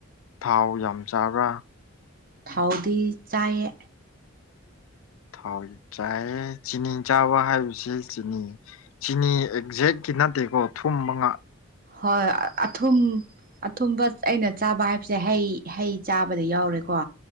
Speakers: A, on the left; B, on the right.
A: ꯊꯥꯎ ꯌꯥꯝ ꯆꯥꯕ꯭ꯔꯥ
B: ꯊꯥꯎꯗꯤ ꯆꯥꯌꯦ
A: ꯊꯥꯎꯁ ꯆꯥꯏꯌꯦ ꯆꯤꯅꯤ ꯆꯥꯕ ꯍꯥꯏꯕꯕꯁꯤꯦ ꯆꯤꯅꯤ ꯆꯤꯅꯤ ꯑꯦꯛꯖꯦꯛꯀꯤ ꯅꯠꯇꯦꯀꯣ ꯊꯨꯝ ꯃꯉꯥ
B: ꯍꯣꯏ ꯑꯊꯨꯝ ꯑꯊꯨꯝꯕ ꯑꯩꯅ ꯆꯥꯕ ꯍꯥꯏꯕꯁꯦ ꯍꯩ ꯍꯩ ꯆꯥꯕꯗ ꯌꯥꯎꯔꯦꯀꯣ